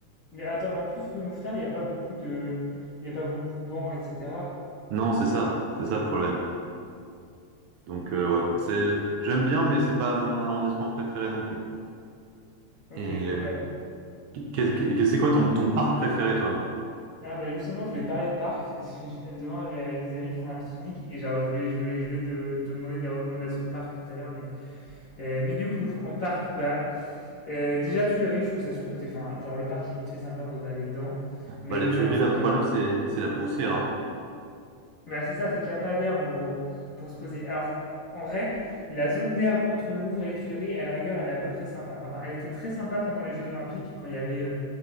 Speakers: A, on the left (about 70°); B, on the right (about 85°).
A: Mais attends, mais en plus, rue Mouffetard, il n'y a pas beaucoup de... Il y a pas beaucoup de bancs, etc.
B: Non, c'est ça. C'est ça le problème. Donc, euh, ouais. C'est, j'aime bien, mais c'est pas mon arrondissement préféré non plus.
A: Ok,
B: Et
A: ouais.
B: qu'est- qu'est- c'est quoi ton, ton parc préféré, toi?
A: Ah bah justement, je voulais te parler de parc, parce que <laughs> je- demain, je vais avec des amis prendre un pique-nique, et genre, je voulais, je voulais, je voulais te, te demander des recommandations de parc tout à l'heure, mais... euh, mais du coup, en parc, bah... euh, déjà, Tuileries, je trouve ça surcoté. Enfin, genre, le parc est vite fait sympa pour se balader dedans, mais
B: Bah,
A: le
B: les
A: problème,
B: Tuileries,
A: c'est
B: là, le
A: qu'il
B: problème,
A: y a
B: c'est c'est la poussière. hein.
A: Bah, c'est ça, c'est qu'il n'y a pas d'herbe en gros pour se poser. Alors en vrai, la zone d'herbe entre le Louvre et les Tuileries, à la rigueur, elle est à peu près sympa. Enfin, elle était très sympa pendant les Jeux Olympiques quand il y avait euh,